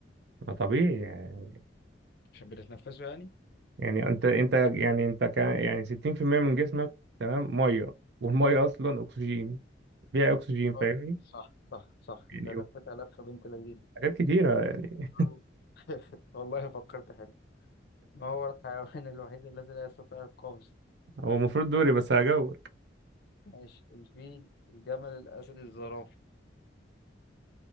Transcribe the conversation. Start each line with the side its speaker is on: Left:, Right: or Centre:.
Right: ما طبيعي يعني
Left: عشان بنتنفسه يعني
Right: يعني أنت أنت يعني أنت كان يعني 60% من جسمك تمام مية والمية أصلا أكسجين فيها أكسجين فاهمني؟
Left: آه، صح صح صح
Right: يعني
Left: انت لفتها لفة بنت لذينه
Right: حاجات كتيرة يعني
Left: آه. <laughs> والله فكرت حلو ما هو الحيوان <laughs> الوحيد الذي لا يستطيع القفز
Right: هو المفروض دوري بس هجاوبك
Left: ماشي الفيل الجمل الأسد الزرافة